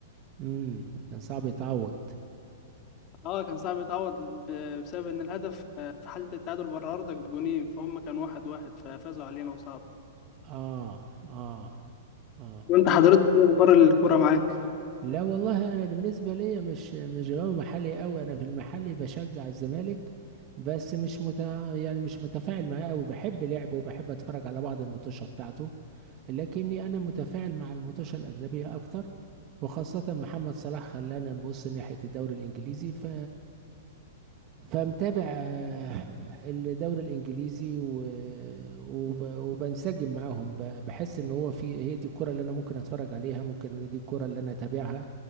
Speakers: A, on the right (about 30°); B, on the left (about 30°).
A: امم كان صعب يتعوض
B: اه كان صعب يتعوض ب- بسبب ان الهدف آه، في حاله التعادل بره ارضك بجونين فهم كان واحد واحد ففازوا علينا وصعد
A: اه اه اه
B: وانت حضرتك ايه اخبار الكوره معاك
A: لا والله انا بالنسبة ليا مش مش غاوي محلي قوي انا في المحلي بشجع الزمالك بس مش مت... يعني مش متفاعل معاه قوي بحب لعبه وبحب اتفرج على بعض الماتشات بتاعته لكني أنا متفاعل مع المطوشة الأجنبية أكتر وخاصة محمد صلاح خلانا نبص ناحية الدوري الإنجليزي ف فمتابع آه، الدوري الانجليزي و... وب... وبنسجم معاهم ب... بحس ان هو في هي دي الكرة اللي انا ممكن اتفرج عليها ممكن إن دي الكرة اللي انا اتابعها